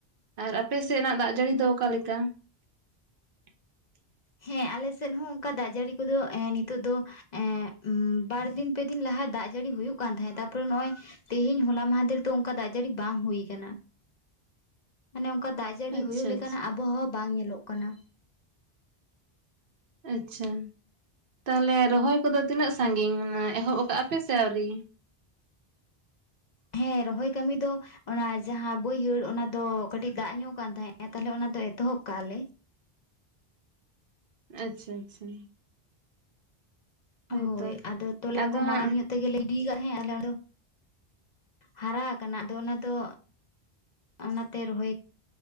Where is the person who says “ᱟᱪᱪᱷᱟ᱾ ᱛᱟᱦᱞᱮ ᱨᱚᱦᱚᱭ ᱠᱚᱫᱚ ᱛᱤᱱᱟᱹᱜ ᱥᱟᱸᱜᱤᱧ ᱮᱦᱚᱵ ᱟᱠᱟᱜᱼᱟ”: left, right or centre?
Right